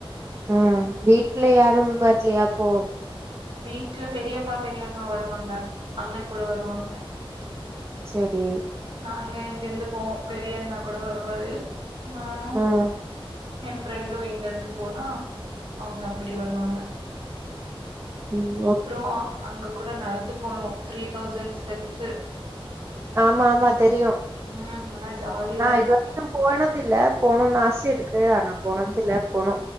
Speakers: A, on the right; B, on the right.
A: ம் வீட்ல யாரும் வரலயா அப்போ
B: வீட்ல பெரியப்பா பெரியம்மா வருவாங்க அண்ணன் கூட வருவாங்க
A: சேரி
B: நாங்க இங்கிருந்து போவோ பெரியண்ணா கூட வருவாரு நானு
A: ம்
B: எ ஃப்ரெண்டு இங்க இருந்து போனா அவுங்க அப்டி வருவாங்க
A: ம்
B: அப்றோ
A: ஓகே
B: அங்க கூட நடந்து போனோ த்ரீ தௌசண்ட் ஸ்டெப்ஸ்சு
A: ஆமா ஆமா தெரியு
B: ம் ஆனா ஜாலியா
A: நா
B: இருக்கு
A: இது வரைக்கு போனதுல்ல போணுனு ஆசைய இருக்கு ஆனா போனதுல்ல போனு